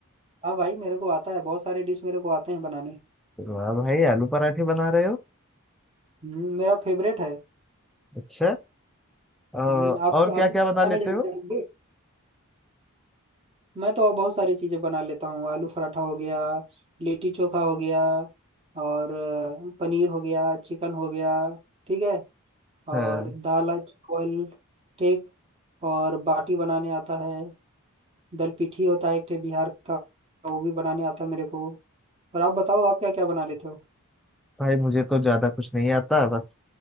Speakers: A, on the right; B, in the centre.
A: हाँ भाई मेरे को आता है बहुत सारे डिश मेरे को आते हैं बनाने
B: वाह भाई आलू पराठे बना रहे हो
A: हम्म, मेरा फेवरेट है
B: अच्छा अ,
A: हम्म, आप
B: और
A: आप
B: क्या
A: भी
B: क्या बना
A: बनाने
B: लेते
A: जानते
B: हो
A: होंगे मैं तो और बहुत सारी चीज़ें बना लेता हूँ आलू पराठा हो गया लिट्टी चोखा हो गया और अ, पनीर हो गया चिकन हो गया ठीक है
B: हाँ
A: और दाल चावल ठीक और बाटी बनाने आता है दल पिठी होता है एक ठे बिहार का वो भी बनाने आता है मेरे को और आप बताओ आप क्या क्या बना लेते हो
B: भाई मुझे तो ज्यादा कुछ नहीं आता बस